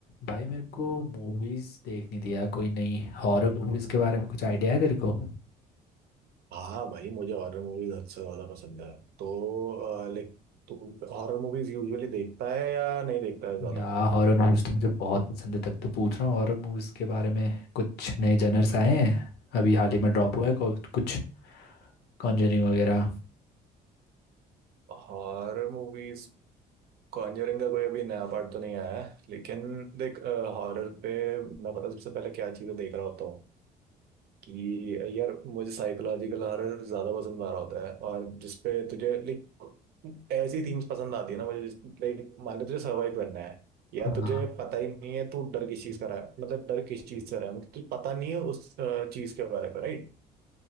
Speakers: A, on the left; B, on the right.
A: भाई मेरे को मूवीज देखनी थी यार कोई नई हॉरर मूवीज के बारे में कुछ आइडिया है तेरे को
B: हाँ भाई मुझे हॉरर मूवीज हद से ज्यादा पसंद है तो लाइक तू हॉरर मूवीज यूजुअली देखता है या नहीं देखता है ज्यादा
A: यार हॉरर मूवीज तो मुझे बहुत पसंद है तभी तो पूछ रहा हूँ हॉरर मूवीज के बारे में कुछ नए जनर्स आए हैं अभी हाल ही में ड्रॉप हुआ है को- कुछ कॉन्जरिंग वगैरह
B: Horror movies कॉन्जरिंग का कोई अभी नया पार्ट तो नहीं आया है लेकिन देख हॉरर पे मैं पता सबसे पहले क्या चीजें देख रहा होता हूँ कि यार मुझे साइकोलॉजिकल हॉरर ज्यादा पसंद आ रहा होता है और जिसपे तुझे लाइक ऐसी थीम्स पसंद आती है ना मुझे लाइक मान ले तुझे सर्वाइव करना है या
A: हाँ
B: तुझे पता ही नहीं है तू डर किस चीज का रहा है मतलब डर किस चीज से रहा है मतलब तुझे पता नहीं है उस चीज के बारे में राइट